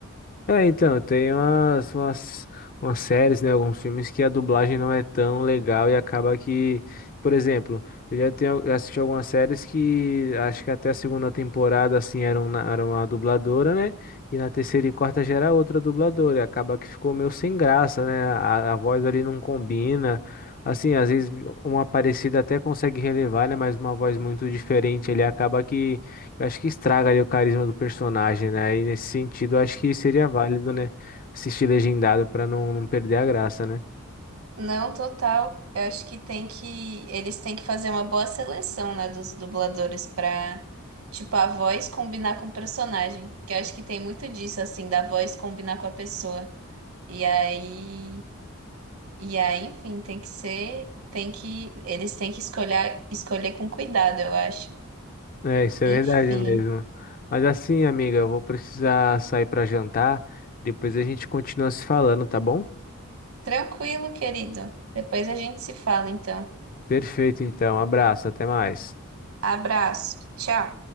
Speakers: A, on the left (about 40°); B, on the right (about 70°).
A: É, então, tem umas, umas, umas séries, né, alguns filmes que a dublagem não é tão legal e acaba que, por exemplo, eu já tenho, já assisti algumas séries que acho que até a segunda temporada, assim, era uma, era uma dubladora, né, e na terceira e quarta já era outra dubladora, e acaba que ficou meio sem graça, né, a, a voz ali não combina, assim, às vezes uma parecida até consegue relevar, né, mas uma voz muito diferente, ele acaba que eu acho que estraga ali o carisma do personagem, né? E nesse sentido, eu acho que seria válido, né? Assistir legendado pra não, não perder a graça, né?
B: Não, total. Eu acho que tem que. Eles têm que fazer uma boa seleção, né, dos dubladores pra, tipo, a voz combinar com o personagem. Que eu acho que tem muito disso, assim, da voz combinar com a pessoa. E aí. E aí, enfim, tem que ser. Tem que. Eles têm que escolher, escolher com cuidado, eu acho.
A: É, isso
B: Enfim.
A: é verdade mesmo. Mas assim, amiga, eu vou precisar sair pra jantar. Depois a gente continua se falando, tá bom?
B: Tranquilo, querido. Depois a gente se fala, então.
A: Perfeito, então. Abraço, até mais.
B: Abraço. Tchau.